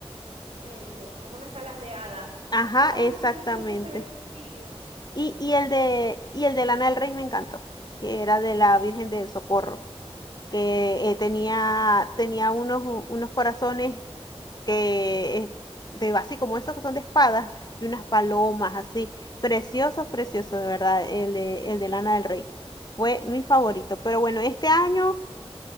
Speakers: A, on the right (about 80°); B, on the left (about 40°).
A: eh, como unas alas de hada.
B: Ajá,
A: ¡Ay,
B: exactamente.
A: qué precioso ese vestido!
B: Y,
A: ¡Qué
B: y
A: precioso!
B: el de, y el de Lana del Rey me encantó, que era de la Virgen del Socorro, que eh, tenía,
A: Sí,
B: tenía unos, u- unos corazones que, eh, de, así como esos que son de espadas, y unas palomas así. Precioso, precioso, de verdad, el de, el de Lana del Rey. Fue mi favorito. Pero bueno, este año,